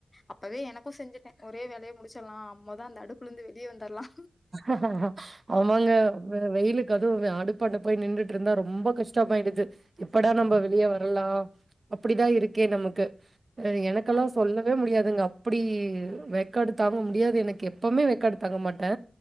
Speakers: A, on the left; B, on the right.
A: அப்பவே எனக்கு செஞ்சுட்ட ஒரே வேலயா முடிச்சிடலா மொத அந்த அடுப்புல இருந்து வெளிய வந்தர்லா
B: <unintelligible> ஆமாங்க வெ வெயிலுக்கு அதுவு அடுப்பான்ட போய் நின்னுட்டு இருந்தா ரொம்ப கஷ்டமாயிடுது எப்படா
A: ஆ
B: நம்ப வெளிய வரலா அப்படிதா இருக்கே நமக்கு எனக்கெல்லா
A: அது
B: சொல்ல வே முடியாதுங்க அப்படி வேக்காடு தாங்க முடியாது எனக்கு எப்பவுமே வேக்காடு தாங்க மாட்ட